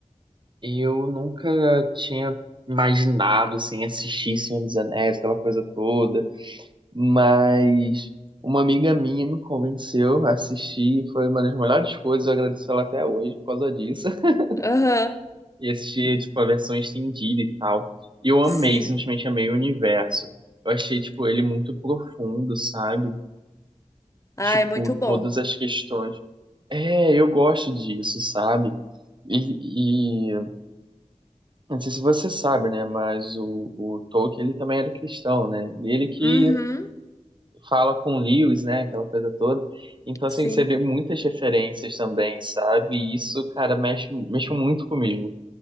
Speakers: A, on the right; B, on the left.
A: Eu nunca tinha imaginado assim assistir Senhor dos Anéis, aquela coisa toda, mas uma amiga minha me convenceu a assistir, e foi uma das melhores coisas, eu agradeço ela até hoje por causa disso. <laughs>
B: Aham,
A: E assisti tipo a versão estendida e tal. E eu amei,
B: sim.
A: simplesmente amei o universo. Eu achei tipo ele muito profundo, sabe?
B: Ah,
A: Tipo,
B: é muito bom.
A: todas as questões. É, eu gosto disso, sabe? e Não sei se você sabe, né? Mas o, o Tolkien, ele também era cristão, né? E ele que
B: Uhum,
A: fala com Lewis, né? Aquela coisa toda. Então,
B: sim.
A: assim, você vê muitas referências também, sabe? E isso, cara, mexe, mexe muito comigo.